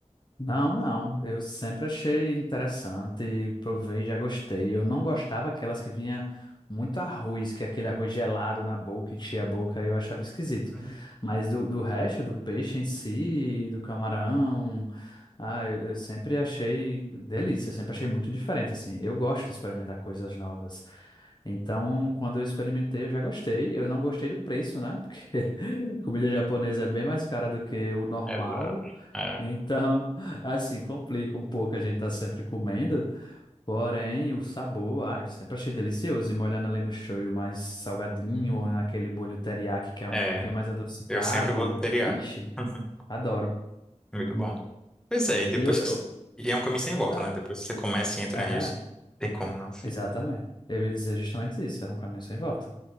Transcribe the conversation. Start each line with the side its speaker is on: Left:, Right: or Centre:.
Left: Não, não. Eu sempre achei interessante, provei, já gostei. Eu não gostava aquelas que vinha muito arroz, que é aquele arroz gelado na boca, enchia a boca, eu achava esquisito.
Centre: Uhum.
Left: Mas do, do resto, do peixe em si, do camarão, ah, eu, eu sempre achei delícia, sempre achei muito diferente, assim. Eu gosto de experimentar coisas novas. Então, quando eu experimentei, eu já gostei. Eu não gostei do preço, né? Porque <laughs> comida japonesa é bem mais cara do que o normal.
Centre: Exato. É.
Left: Então, <laughs> assim, complica um pouco, a gente tá sempre comendo, porém o sabor, ai, eu sempre achei delicioso, e molhando ali no shoyu mais salgadinho,
Centre: Hum.
Left: ou naquele molho teriyaki que é um
Centre: É,
Left: pouquinho mais adocicado,
Centre: eu sempre vou no TDA.
Left: ixi,
Centre: <laughs>
Left: adoro.
Centre: Muito bom. Pois é, e depois
Left: E outra,
Centre: que. você-
Left: o-
Centre: E é um caminho sem volta,
Left: não,
Centre: né? Depois que você começa e entra
Left: é,
Centre: nisso, tem como não.
Left: exatamente, eu ia dizer justamente isso, era um caminho sem volta.